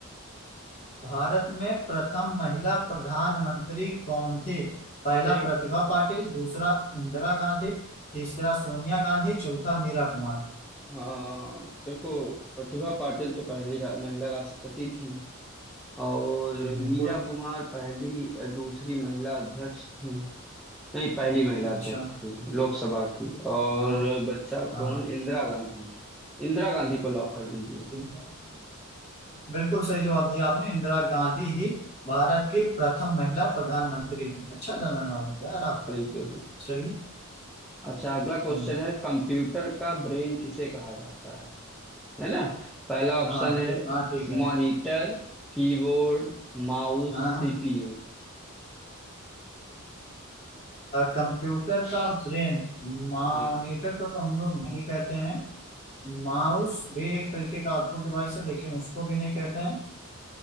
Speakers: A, on the left (about 30°); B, in the centre.
A: भारत में प्रथम महिला प्रधानमंत्री कौन थी पहला
B: ठीक
A: प्रतिभा पाटिल दूसरा इंदिरा गांधी तीसरा सोनिया गांधी चौथा मीरा कुमार
B: हाँ देखो प्रतिभा पाटिल तो पहली रा, महिला राष्ट्रपति थी और
A: जी
B: मीरा
A: बिल्कुल
B: कुमार पहली दूसरी महिला अध्यक्ष थी नहीं पहली महिला
A: अच्छा
B: अध्यक्ष थी लोकसभा की और
A: हाँ
B: बच्चा
A: हाँ
B: कौन इंदिरा गांधी इंदिरा गांधी को लॉक कर दीजिए
A: ठीक। बिल्कुल सही जवाब दिया आपने इंदिरा गांधी ही भारत की प्रथम महिला प्रधानमंत्री थी अच्छा जनरल नॉलेज है यार आपका
B: बिल्कुल
A: चलिए
B: अच्छा अगला क्वेश्चन
A: हम्म,
B: है कंप्यूटर का ब्रेन किसे कहा जाता है है ना पहला ऑप्शन
A: हाँ ठीक
B: है
A: हाँ ठीक है
B: मॉनिटर कीबोर्ड माउस
A: हाँ
B: सीपीयू
A: कंप्यूटर का ब्रेन मॉनिटर
B: हाँ
A: को तो हम लोग नहीं कहते हैं माउस भी एक तरीके का आउटपुट डिवाइस है लेकिन उसको भी नहीं कहते हैं